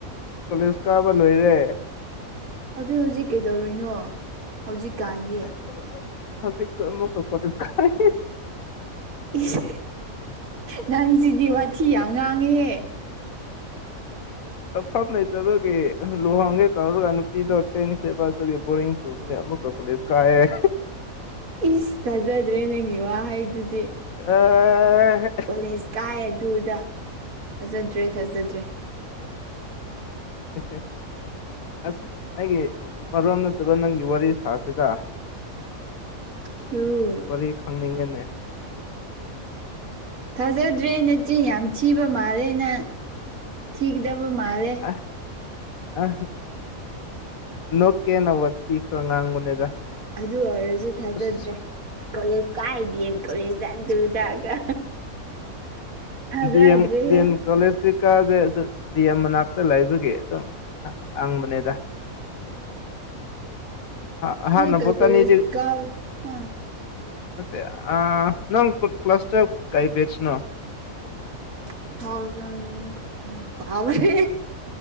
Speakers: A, on the left; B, on the right.
A: ꯀꯣꯂꯦꯁ ꯀꯥꯕ ꯂꯣꯏꯔꯦ
B: ꯑꯗꯨ ꯍꯧꯖꯤꯛ ꯀꯩꯗꯧꯔꯨꯏꯅꯣ ꯍꯧꯖꯤꯛꯀꯥꯟꯗꯤ
A: ꯑꯥꯁ ꯑꯁꯥ ꯍꯧꯖꯤꯛꯁꯨ ꯑꯃꯣꯛꯀꯥ ꯀꯣꯂꯦꯖ ꯀꯔꯤ
B: ꯏꯁ ꯅꯪꯁꯤꯗꯤ ꯋꯥꯊꯤ ꯌꯥꯝ ꯉꯥꯡꯉꯦꯍꯦ
A: ꯑꯐꯝ ꯂꯩꯇꯕꯒꯤ ꯂꯨꯍꯣꯡꯒꯦ ꯇꯧꯔꯒ ꯅꯨꯄꯤꯗꯣ ꯆꯦꯟꯈ꯭ꯔꯦꯕ ꯑꯗꯨꯒꯤ ꯕꯣꯔꯤꯡ ꯆꯨꯕꯒꯤ ꯑꯃꯨꯛꯀ ꯀꯣꯂꯦꯁ ꯀꯥꯏꯑꯦ
B: ꯏꯁ ꯊꯥꯖꯗ꯭ꯔꯦ ꯅꯪꯒꯤ ꯋꯥꯍꯩꯗꯨꯗꯤ
A: ꯑ
B: ꯀꯣꯂꯦꯖ ꯀꯥꯏ ꯑꯗꯨ ꯑꯗꯥ ꯊꯥꯖꯗ꯭ꯔꯦ ꯊꯥꯖꯗ꯭ꯔꯦ
A: ꯎꯝ ꯎꯝ <unintelligible> ꯑꯁ ꯑꯩꯒꯤ ꯃꯔꯝ ꯅꯠꯇꯕ ꯅꯪꯒꯤ ꯋꯥꯔꯤ ꯁꯥꯁꯤꯗ <inaudible>
B: ꯇꯨ
A: ꯋꯥꯔꯤ ꯈꯪꯅꯤꯡꯉꯦꯅꯦ
B: ꯊꯥꯖꯗ꯭ꯔꯦ ꯅꯆꯤꯡ ꯌꯥꯝ ꯊꯤꯕ ꯃꯥꯜꯂꯦ ꯅꯪ ꯊꯤꯒꯗꯕ ꯃꯥꯜꯂꯦ
A: ꯑ ꯑ ꯅꯣꯛꯀꯦꯅ ꯋꯥꯊꯤ ꯈꯔ ꯉꯥꯡꯕꯅꯦꯗ
B: ꯑꯗꯨ ꯑꯣꯏꯔꯖꯨ ꯊꯥꯖꯗ꯭ꯔꯦ
A: ꯑꯁ
B: ꯀꯣꯂꯦꯖ ꯀꯥꯏ ꯗꯤꯌꯦꯝ ꯀꯣꯂꯦꯖꯗ ꯑꯗꯨꯗꯒ ꯊꯥꯖꯗ꯭ꯔꯦꯍꯦ
A: ꯗꯦꯑꯦꯝ ꯗꯦꯑꯦꯝ ꯀꯣꯂꯦꯖꯇꯤ ꯀꯥꯗꯦ ꯑꯗꯨ ꯗꯤ ꯑꯦꯝ ꯃꯅꯥꯛꯇ ꯂꯩꯕꯒꯤ ꯑꯗꯨꯝ ꯉꯥꯡꯕꯅꯤꯗ ꯍ
B: ꯑꯗꯨ
A: ꯍꯥꯅ
B: ꯀꯩ
A: ꯕꯣꯇꯥꯅꯤꯗꯤ
B: ꯀꯣꯂꯦꯖ ꯀꯥꯕ ꯑ
A: ꯅꯠꯇꯦ ꯑ ꯅꯪ ꯀ꯭ꯂꯥꯁ ꯇꯨꯌꯦꯞ ꯀꯔꯤ ꯕꯦꯁꯅꯣ
B: ꯇꯨ ꯊꯥꯎꯖꯟ ꯀꯥꯎꯒꯔꯦ